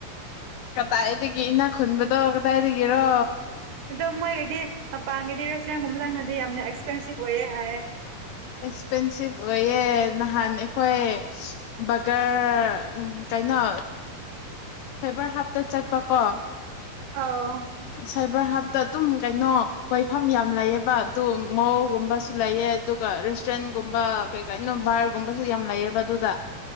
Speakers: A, on the left; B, on the right.
A: ꯀꯗꯥꯏꯗꯒꯤ ꯏꯅꯥ ꯈꯨꯟꯕꯗꯣ ꯀꯗꯥꯏꯗꯒꯤꯔꯣ
B: ꯑꯗꯣ ꯃꯣꯏꯒꯤꯗꯤ ꯃꯄꯥꯟꯒꯤꯗꯤ ꯔꯦꯁꯇꯨꯔꯦꯟꯒꯨꯝꯕ ꯆꯪ ꯍꯥꯏꯗꯤ ꯌꯥꯝꯅ ꯑꯦꯛꯁꯄꯦꯟꯁꯤꯞ ꯑꯣꯏꯌꯦ ꯍꯥꯏꯌꯦ
A: ꯑꯦꯛꯁꯄꯦꯟꯁꯤꯞ ꯑꯣꯏꯌꯦ ꯅꯍꯥꯟ ꯑꯩꯈꯣꯏ ꯕꯒꯔ ꯀꯩꯅꯣ ꯐꯦꯕꯔ ꯍꯥꯞꯇ ꯆꯠꯄꯀꯣ
B: ꯑꯥꯎ
A: ꯁꯥꯏꯕꯔ ꯍꯥꯞꯇ ꯑꯗꯨꯝ ꯀꯩꯅꯣ ꯀꯣꯏꯐꯝ ꯌꯥꯝ ꯂꯥꯛꯑꯦꯕ ꯑꯗꯣ ꯃꯣꯜꯒꯨꯝꯕꯁꯨ ꯂꯩꯑꯦ ꯑꯗꯨ ꯔꯦꯁꯇꯨꯔꯦꯟꯒꯨꯝꯕ ꯀꯩ ꯀꯩꯅꯣ ꯚꯔꯒꯨꯝꯕꯁꯨ ꯌꯥꯝ ꯂꯩꯑꯕ ꯑꯗꯨꯗ